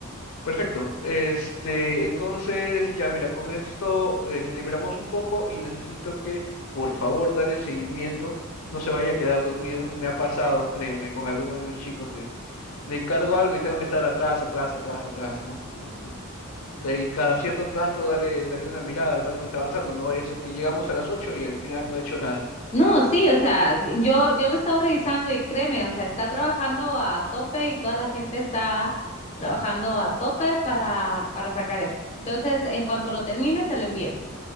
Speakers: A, on the left (about 70°); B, on the left (about 30°).
A: Perfecto. Este, entonces, ya mira, con esto eh, te liberamos un poco y necesito que, por favor, dale seguimiento. No se vaya a quedar dormido. Me ha pasado, créeme, con alguno de mis chicos que le encargo algo y tengo que estar atrás, atrás, atrás, atrás, ¿no? No, De ahí cada cierto tanto dale, dale una mirada al pata que está avanzando. No vaya a ser que llegamos a las ocho y al final no ha hecho nada.
B: No, sí, o sea, yo, yo lo he estado revisando y créeme, o sea, está trabajando a tope y toda la gente está trabajando a tope para, para sacar esto. Entonces, en cuanto lo termine, te lo envío.